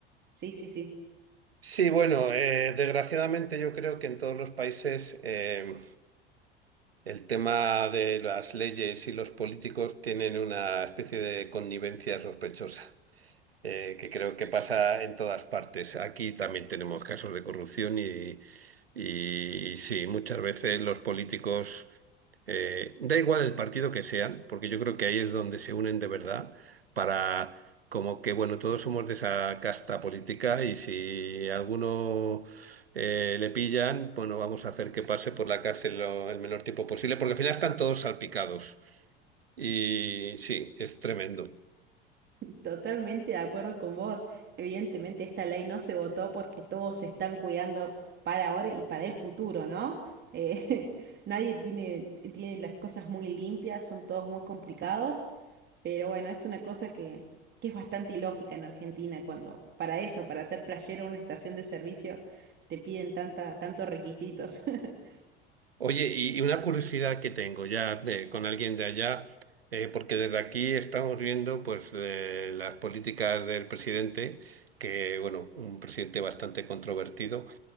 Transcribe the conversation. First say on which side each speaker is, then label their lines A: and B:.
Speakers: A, on the right; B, on the right.
A: Sí, sí, sí.
B: Sí, bueno, eh, desgraciadamente yo creo que en todos los países eh, El tema de las leyes y los políticos tienen una especie de connivencia sospechosa eh, que creo que pasa en todas partes. Aquí también tenemos casos de corrupción y, y sí, muchas veces los políticos, eh, da igual el partido que sean, porque yo creo que ahí es donde se unen de verdad para... Como que, bueno, todos somos de esa casta política y si alguno eh, le pillan, bueno, vamos a hacer que pase por la cárcel lo- el menor tiempo posible, porque al final están todos salpicados. Y sí, es tremendo.
A: Totalmente de acuerdo con vos. Evidentemente esta ley no se votó porque todos se están cuidando para ahora y para el futuro, ¿no? Eh, <laughs> nadie tiene, tiene las cosas muy limpias, son todos muy complicados, pero bueno, es una cosa que, que es bastante ilógica en Argentina cuando para eso, para ser playero en una estación de servicio, te piden tanta, tantos requisitos. <laughs>
B: Oye, y y una curiosidad que tengo ya de- con alguien de allá, eh, porque desde aquí estamos viendo pues eh, las políticas del presidente, que bueno, un presidente bastante controvertido,